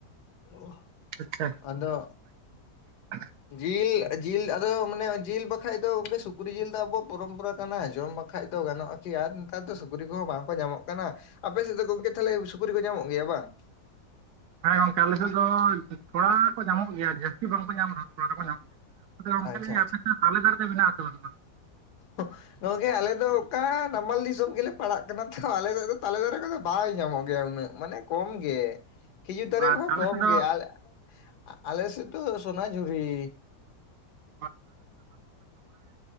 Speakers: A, on the left; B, on the right.
A: ᱚ᱾
B: ᱟᱪᱪᱷᱟ᱾
A: ᱟᱫᱚ
B: <inaudible>
A: ᱡᱤᱞ ᱡᱤᱞ ᱟᱫᱚ ᱢᱟᱱᱮ ᱡᱤᱞ ᱵᱟᱠᱷᱟᱡ ᱫᱚᱠᱮ ᱥᱩᱠᱨᱤ ᱡᱤᱞ ᱫᱚ ᱟᱵᱚᱣᱟᱜ ᱯᱚᱨᱚᱢᱯᱚᱨᱟ ᱠᱟᱱᱟ ᱡᱚᱸᱢ ᱵᱟᱼᱼ ᱵᱟᱠᱟᱡ ᱫᱚ ᱜᱟᱱᱚᱜ-ᱟ ᱠᱤ ᱟᱨ ᱱᱮᱛᱟᱨ ᱫᱚ ᱥᱩᱠᱨᱤ ᱠᱚᱦᱚᱸ ᱵᱟᱝᱠᱚ ᱧᱟᱢᱚᱜ ᱠᱟᱱᱟ᱾ ᱟᱯᱮ ᱥᱮᱫ ᱫᱚ ᱜᱚᱝᱠᱮ ᱛᱟᱦᱚᱞᱮ ᱥᱩᱠᱨᱤ ᱠᱚ ᱧᱟᱢᱚᱜ ᱜᱮᱭᱟ ᱵᱟᱝ?
B: ᱦᱮᱸ ᱜᱚᱝᱠᱮ ᱟᱞᱮ ᱥᱮᱫ ᱫᱚ ᱛᱷᱚᱲᱟ ᱠᱚ ᱧᱟᱢᱚᱜ ᱜᱮᱭᱟ ᱡᱟᱹᱥᱛᱤ ᱵᱟᱝᱠᱚ ᱧᱟᱢ ᱨᱮᱦᱚᱸ ᱛᱷᱚᱲᱟ ᱫᱚᱠᱚ ᱧᱟᱢᱚᱜ ᱜᱮᱭᱟ᱾ ᱟᱫᱚ ᱜᱚᱢᱠᱮ
A: ᱟᱪᱪᱷᱟ
B: ᱞᱟᱹᱭᱫᱤᱧ ᱟᱯᱮ ᱥᱮᱫ ᱛᱟᱞᱮ ᱫᱟᱨᱮ ᱫᱚ ᱢᱮᱱᱟᱜ ᱟᱥᱮ ᱵᱟᱱᱩᱜ-ᱟ?
A: <inaudible> ᱱᱚᱣᱟᱜᱮ ᱟᱞᱮ ᱫᱚ ᱚᱠᱟ ᱱᱟᱢᱟᱞ ᱫᱤᱥᱚᱢ ᱜᱮᱞᱮ ᱯᱟᱲᱟᱜ ᱠᱟᱱᱟ ᱛᱷᱚ ᱟᱞᱮ ᱥᱮᱫ ᱫᱚ ᱛᱟᱞᱮ ᱫᱟᱨᱮ ᱠᱚᱫᱚ ᱵᱟᱭ ᱧᱟᱢᱚᱜ ᱜᱮᱭᱟ ᱩᱱᱟᱹᱜ᱾ ᱢᱟᱱᱮ ᱠᱚᱢ ᱜᱮ, ᱠᱷᱤᱡᱩᱨ ᱫᱟᱨᱮ
B: ᱟᱨ
A: ᱠᱚᱦᱚᱸ
B: ᱟᱞᱮ
A: ᱠᱚᱢ
B: ᱥᱮᱫ ᱫᱚ
A: ᱜᱮ᱾ ᱟ-ᱟᱞᱮ ᱥᱮᱜ ᱫᱚ ᱥᱚᱱᱟ ᱡᱷᱩᱨᱤ᱾
B: <unintelligible> ᱛᱤ